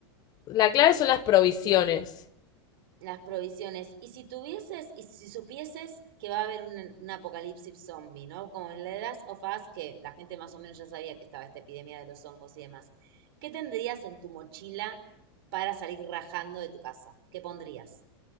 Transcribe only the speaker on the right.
las provisiones. Y si tuvieses, y si supieses que va a haber un, un apocalipsis zombie, ¿no? Como en The Last of Us, que la gente más o menos ya sabía que estaba esta epidemia de los hongos y demás. ¿Qué tendrías en tu mochila para salir rajando de tu casa? ¿Qué pondrías?